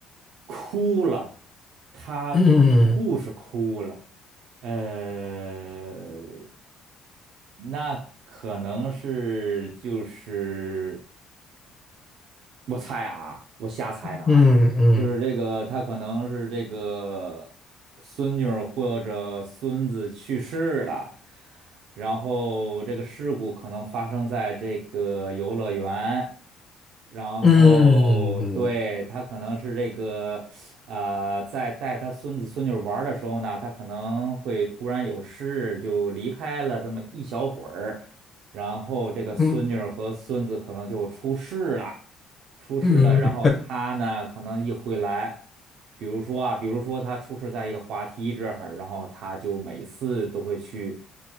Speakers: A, on the right; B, on the left.
A: 哭了，他护士哭了，
B: 嗯
A: 呃，那可能是就是。我猜啊，我瞎猜的啊，
B: 嗯嗯
A: 就是这个，他可能是这个孙女儿或者孙子去世了，然后这个事故可能发生在这个游乐园，然后对，
B: 嗯嗯
A: 他可能是这个，呃，在带他孙子孙女儿玩儿的时候呢，他可能会突然有事就离开了这么一小会儿，然后这个孙女儿和孙子可能就出事了。
B: 嗯
A: 出事了，
B: 嗯。
A: 然后他呢可能一回来，比如说啊，比如说他出事在一个滑梯这儿，然后他就每次都会去